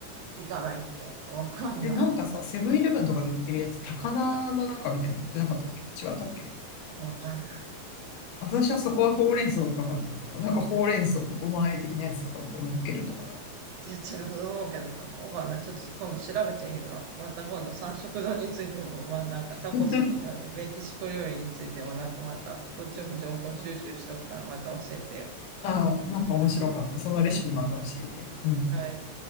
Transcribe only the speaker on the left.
で、なんかさ、セブンイレブンとかで売ってるやつ、高菜のなんかみたいなの売ってなかったっけ違ったっけ
私はそこはほうれん草とかかと思ってた。なんかほうれん草のごま和え的なやつとかをこう乗っけるとかだと。
<laughs> うん。
ああ、なんか面白かった。そのレシピまた教えて。うん。